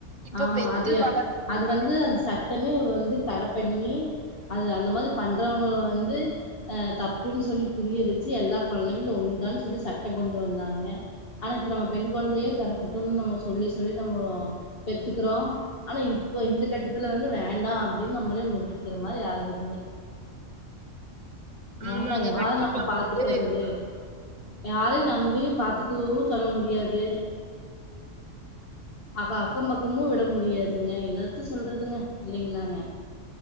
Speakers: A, on the right; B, on the left.
A: இப்ப
B: ஆமா
A: பெத்து
B: அதையா
A: வள
B: அது வந்து அது சட்டமே வந்து தட பண்ணி அது அந்த மாரி பண்றவங்கள வந்து அ தப்புன்னு சொல்லி புரிய வச்சு எல்லா குழந்தைங்களும் ஒன்று தான்னு சொல்லி சட்டம் கொண்டு வந்தாங்க ஆனா இப்ப நம்ம பெண் குழந்தையே பிறக்கட்டும்னு நம்ம சொல்லி சொல்லி நம்ம பெத்துக்குறோம் ஆனா இப்ப இந்த கட்டத்துல வந்து வேண்டாம் அப்டின்னு நம்மளே முடிவெடுக்கிற மாரி ஆகுது வேண்டாம்
A: ஆமாங்க.
B: யார்
A: கண்டிப்பா
B: நம்ம பாத்துக்குறது
A: வந்து
B: யாரையும் நம்பி பாத்துக்கவும் சொல்ல முடியாது அவ அக்கம் பக்கமும் விட முடியாதுங்க என்னத்த சொல்றதுங்க இல்லைங்களாங்க